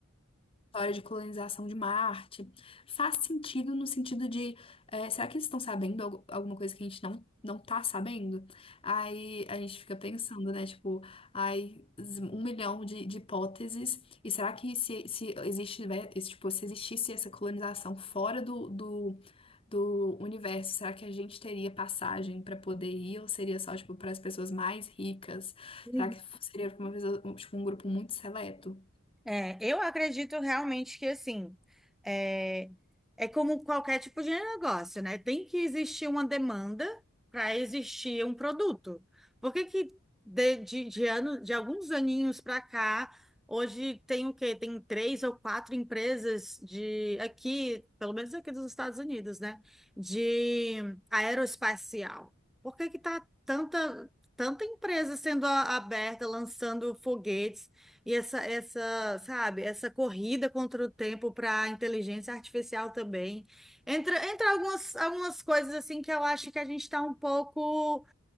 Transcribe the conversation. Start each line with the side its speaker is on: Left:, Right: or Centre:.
Left: história de colonização de Marte. Faz sentido no sentido de, é, será que eles estão sabendo algu- alguma coisa que a gente não, não tá sabendo? Aí a gente fica pensando, né? Tipo, ai, z- um milhão de, de hipóteses. E será que se, se existe, né, esse, tipo, se existisse essa colonização fora do, do, do universo, será que a gente teria passagem para poder ir? Ou seria só, tipo, para as pessoas mais ricas?
Centre: Uhum.
Left: Será que seria pra uma pessoa- um, tipo, um grupo muito seleto?
Centre: É, eu acredito realmente que assim é, é como qualquer tipo de negócio, né? Tem que existir uma demanda para existir um produto. Por que que de, de, de, ano, de alguns aninhos para cá, hoje tem o quê? Tem três ou quatro empresas de aqui, pelo menos aqui dos Estados Unidos, né? De aeroespacial. Por que que tá tanta, tanta empresa sendo a- aberta, lançando foguetes? E essa, essa, sabe, essa corrida contra o tempo para a inteligência artificial também. Entra, entra algumas, algumas coisas assim que eu acho que a gente está um pouco.